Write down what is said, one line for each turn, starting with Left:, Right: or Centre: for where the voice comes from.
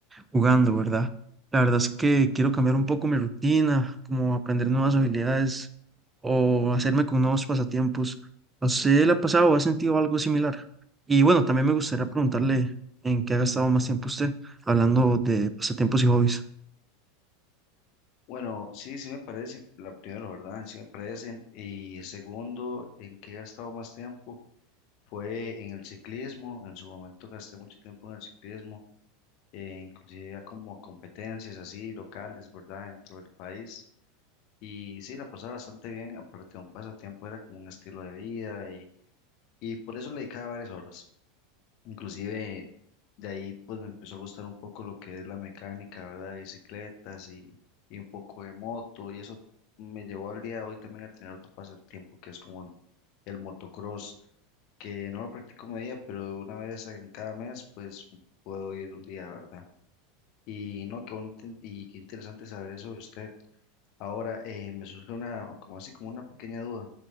Right: jugando, ¿verdad? La verdad es que quiero cambiar un poco mi rutina, como aprender nuevas habilidades o hacerme con nuevos pasatiempos. No sé, le ha pasado o ha sentido algo similar. Y bueno, también me gustaría preguntarle en qué ha gastado más tiempo usted, hablando de pasatiempos y hobbies.
Left: Bueno, sí, sí me parece, la primera, ¿verdad? Sí me parecen. Y segundo, en qué he gastado más tiempo fue en el ciclismo, en su momento gasté mucho tiempo en el ciclismo eh, inclusive a como a competencias así locales, ¿verdad? Dentro del país. Y sí, la pasaba bastante bien, aparte de un pasatiempo, era como un estilo de vida y, y por eso le dedicaba varias horas. Inclusive de ahí pues me empezó a gustar un poco lo que es la mecánica, ¿verdad? De bicicletas y, y un poco de moto y eso me llevó al día de hoy también a tener otro pasatiempo que es como el, el motocross, que no lo practico media, pero una vez en cada mes pues puedo ir un día, ¿verdad? Y no, qué bonito y qué interesante saber eso de usted. Ahora, eh, me surge una, como así, como una pequeña duda.